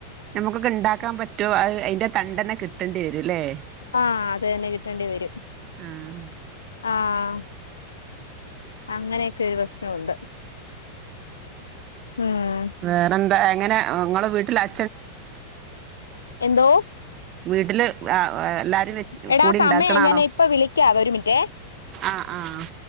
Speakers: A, on the right; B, on the left.
A: ഞമുക്കൊക്കെ ഇണ്ടാക്കാൻ പറ്റുവോ അത് അയിന്റെ തണ്ടന്നെ കിട്ടണ്ടിരുല്ലേ
B: ആഹ് അതന്നേ കിട്ടണ്ടി വരും
A: ആഹ്
B: ആഹ് അങ്ങനെക്കെ ഒരു പ്രശ്നമുണ്ട്. ഏഹ്
A: വേറെന്താ എങ്ങനെ ഇങ്ങളെ വീട്ടില് അ
B: എന്തോ
A: വീട്ടില് എല്ലാരും
B: എടാ
A: കൂടി
B: സമയായി
A: ഉണ്ടാക്കണാണോ
B: ഞാൻ ഇപ്പ വിളിക്ക ഒരു മിനിറ്റേ
A: ആഹ് ആഹ്